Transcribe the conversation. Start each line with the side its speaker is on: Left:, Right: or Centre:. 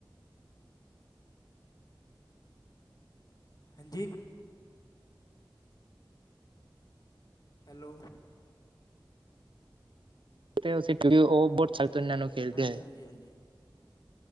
Left: ਹੈਂਜੀ? ਹੈਲੋ।
Right: <unintelligible> ਨੂੰ ਖੇਲਦੇ
Left: ਹਾਂਜੀ-ਹਾਂਜੀ-ਹਾਂਜੀ।
Right: ਹੈ।